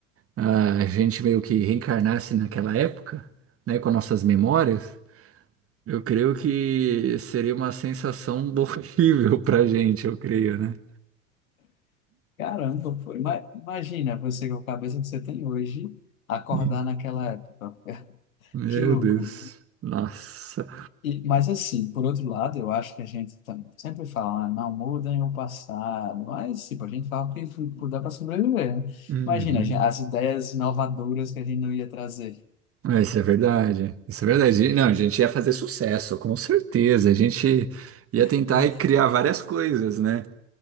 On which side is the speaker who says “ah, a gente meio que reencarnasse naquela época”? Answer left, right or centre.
Right